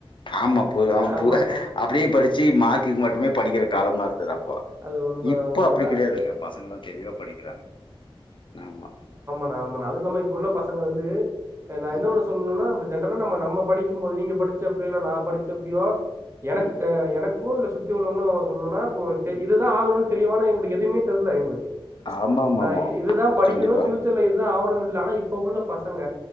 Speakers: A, on the left; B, on the right.
A: ஆம அப்பு ஆமபு
B: ஆமா
A: அப்டியே படுச்சு மார்க்குக்கு மட்டுமே படிக்கிற காலமா இருந்தது அப்போ
B: அது உண்மதா
A: இப்ப
B: உண்மதா
A: அப்டி கெடையாதுங்க பசங்கல்லா தெளிவா படிக்கிறாங்க ஆமா
B: ஆமா நா அது இல்லாம இப்ப உள்ள பசங்க வந்து நா
A: ம்,
B: இன்னோன்னு சொல்ணுனா இப்ப ஜென்ரலா நம்ம நம்ம படிக்கும் போது நீங்க படுச்ச அப்பயோ இல்ல நா படுச்ச அப்பயோ எனக்கு
A: ம்.
B: அ எனக் கோ இல்ல சுத்தி உள்ளவங்களு சொல்ணுனா போ தே இதுதா ஆகணுன் தெளிவானா எங்களுக்கு எதுமே தெர்ல எங்களுக்கு
A: ஆமாமாமா.
B: நா இதுதா படிக்கணு
A: கண்டிப்பா.
B: ஃபியூச்சர்ல இதுதா ஆகணுனு இல்ல ஆனா இப்ப உள்ள பசங்க